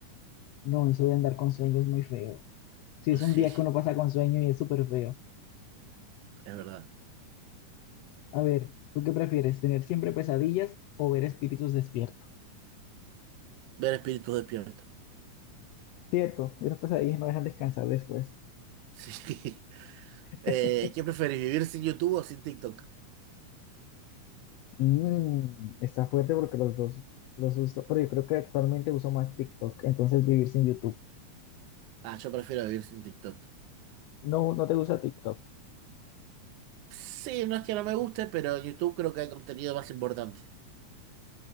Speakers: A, on the left; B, on the right.
A: No, eso de andar con sueño es muy feo. Si
B: <laughs>
A: es
B: Sí,
A: un día que uno pasa con sueño y es súper feo.
B: es verdad.
A: A ver, ¿tú qué prefieres? ¿Tener siempre pesadillas o ver espíritus despiertos?
B: Ver espíritus despierto.
A: Cierto, esas pesadillas no dejan descansar después.
B: Sí. <laughs> Eh,
A: <laughs>
B: ¿qué preferís? ¿Vivir sin YouTube o sin TikTok?
A: Mm, está fuerte porque los dos los uso, pero yo creo que actualmente uso más TikTok, entonces vivir sin YouTube.
B: Ah, yo prefiero vivir sin TikTok.
A: No, no te gusta TikTok.
B: Sí, no es que no me guste, pero en YouTube creo que hay contenido más importante.